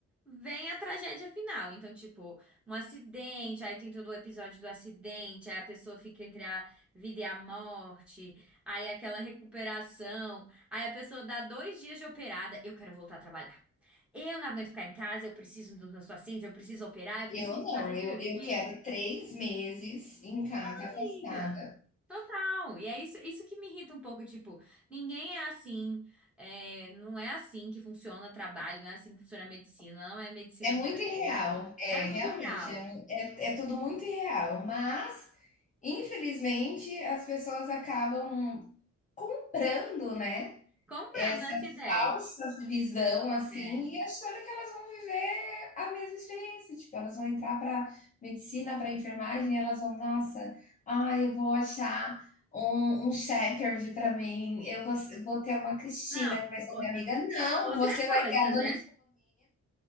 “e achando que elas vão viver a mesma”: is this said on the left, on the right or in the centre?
Left